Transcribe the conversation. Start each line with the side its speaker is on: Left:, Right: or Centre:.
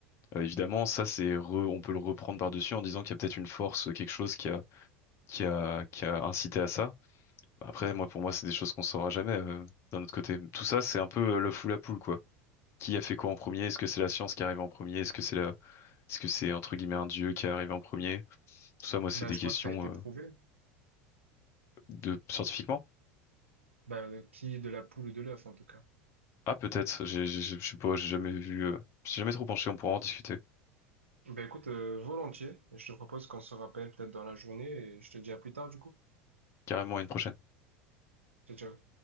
Left: Euh, évidemment, ça, c'est re- on peut le reprendre par-dessus en disant qu'il y a peut-être une force, quelque chose qui a, qui a, qui a incité à ça. Après, moi, pour moi, c'est des choses qu'on saura jamais, euh, d'un autre côté. Tout ça, c'est un peu euh, le fou la poule, quoi. Qui a fait quoi en premier? Est-ce que c'est la science qui arrive en premier? Est-ce que c'est la, est-ce que c'est, entre guillemets, un dieu qui est arrivé en premier? Tout ça, moi, c'est
Right: Bah,
Left: des
Right: je
Left: questions,
Right: crois que ça a été
Left: euh,
Right: prouvé.
Left: de, scientifiquement.
Right: Bah, qui de la poule ou de l'œuf, en tout cas.
Left: Ah, peut-être. J'ai, j'ai- je sais pas, j'ai jamais vu, euh, je suis jamais trop penché, on pourra en discuter.
Right: Bah, écoute, euh, volontiers. Je te propose qu'on se rappelle peut-être dans la journée et je te dis à plus tard, du coup.
Left: Carrément à une prochaine.
Right: Ciao, ciao.